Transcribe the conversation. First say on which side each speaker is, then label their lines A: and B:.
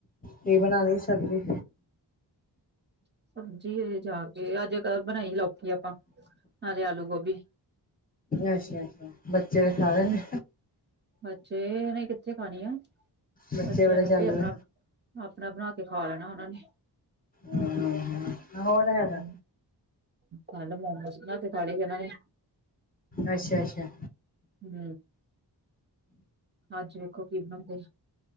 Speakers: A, on the left; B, on the right.
A: ਕੀ ਬਣਾ ਲਈ ਸਬਜ਼ੀ?
B: ਸਬਜ਼ੀ ਹਜੇ ਜਾ ਕੇ, ਅੱਜ ਕ ਬਣਾਈ ਹੀ ਲੌਕੀ ਆਪਾਂ, ਨਾਲੇ ਆਲੂ ਗੋਭੀ।
A: ਅੱਛਾ-ਅੱਛਾ ਬੱਚੇ
B: ਹੂੰ
A: ਸਾਰਿਆਂ ਨੇ
B: ਬੱਚੇ ਹਜੇ ਕਿੱਥੇ ਖਾਣੀ ਆ,
A: ਬੱਚੇ
B: ਬੱਚਿਆਂ
A: ਬੜਾ
B: ਨੇ
A: ਚਾਲੂ
B: ਆਪੇ ਆਪਣਾ
A: ਆ
B: ਆਪਣਾ ਬਣਾ ਕੇ ਖਾ ਲੈਣਾ ਉਹਨਾਂ ਨੇ।
A: ਹੂੰ ਹੂੰ ਹੋਰ ਹੈਗਾ
B: ਹੂੰ। ਕੱਲ੍ਹ ਮੋਮੋਜ਼ ਬਨਾਕੇ ਖਾਲੇ ਹੀ ਉਹਨਾਂ ਨੇ।
A: ਅੱਛਾ-ਅੱਛਾ।
B: ਨ‌ਈ। ਅੱਜ ਵੇਖੋ ਕੀ ਬਣਦੇ।